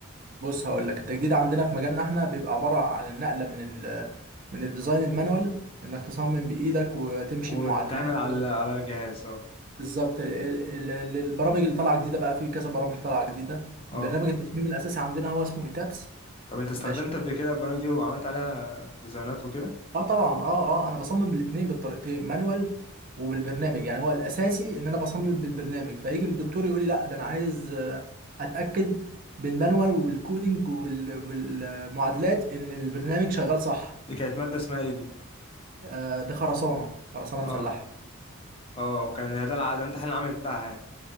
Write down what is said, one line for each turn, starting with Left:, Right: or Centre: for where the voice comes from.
Right: بص هقول لك التجديد عندنا في مجالنا احنا بيبقى عباره عن النقله من ال من الديزاين المانوال انك تصمم بايدك وتمشي
Left: واتعمل
Right: بمعادلات
Left: على على الجهاز اه
Right: بالظبط ال- ال- ال- البرامج اللي طالعه جديده بقى في كذا برامج طالعه جديده
Left: اه
Right: برنامج التصميم الاساسي عندنا هو اسمه ايتابس
Left: طب انت استخدمت
Right: ماشي
Left: قبل كده البرامج دي وعملت عليها ديزاينات وكده
Right: اه طبعا اه اه انا بصمم بالاثنين بالطريقتين مانوال وبالبرنامج يعني هو الاساسي ان انا بصمم بالبرنامج فيجي بالدكتور يقول لي لا ده انا عايز آه، اتاكد بالمانوال وبالكودينج وبال- وبالمعادلات ان البرنامج شغال صح
Left: دي كانت مادة اسمها ايه دي
Right: آه، ده خرسانه خرسانه
Left: اه
Right: مسلحه
Left: اه وكان ده الع- ده الامتحان العملي بتاعها يعني